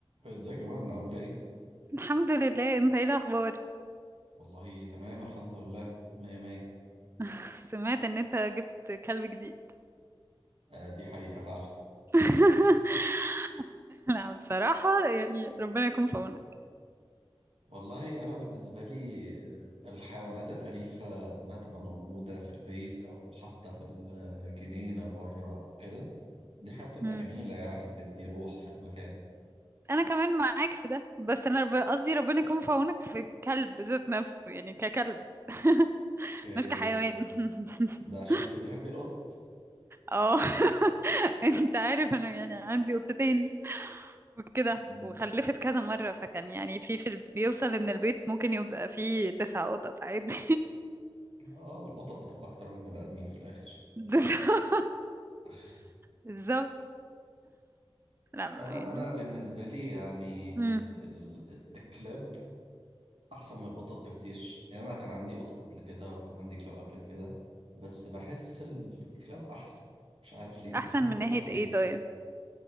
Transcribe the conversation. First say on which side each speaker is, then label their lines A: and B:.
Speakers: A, on the right; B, on the right.
A: ازيك يا مرنة عاملة ايه؟
B: الحمد لله انت ايه الاخبار
A: والله تمام الحمد لله مية مية
B: <laughs> سمعت ان انت جبت كلب جديد
A: آه دي حقيقة فعلا
B: <laughs> لا بصراحة يعني ربنا يكون في عونك
A: والله أنا بالنسبة لي آه، الحيوانات الأليفة إنها تبقى موجودة في البيت أو حتى في الجنينة بره أو كده دي حاجة بتبقى
B: مم.
A: جميلة يعني بتدي روح في المكان
B: انا كمان معاك في ده بس انا رب... قصدي ربنا يكون في عونك في الكلب ذات نفسه يعني ككلب <laughs>
A: اوكي
B: مش كحيوان <laughs>
A: ده عشان انت بتحبي القطط
B: اه <laughs> انت عارف انا يعني عندي قطتين وكده
A: مم.
B: وخلفت كذا مرة فكان يعني في في ال- بيوصل ان البيت ممكن يبقى فيه تسع قطط عادي
A: اه آه، القطط بتبقى أكتر من البني آدمين في الآخر
B: <laughs>
A: <laughs>
B: بالظبط لا ما
A: انا
B: يعني
A: انا بالنسبه لي يعني
B: مم.
A: ال ال الكلاب احسن من القطط بكتير يعني انا كان عندي قطط قبل كده وكان عندي كلاب قبل كده بس بحس الكلاب احسن مش عارف ليه انت
B: احسن
A: بتحبي
B: من
A: القطط
B: ناحية
A: ليه
B: ايه طيب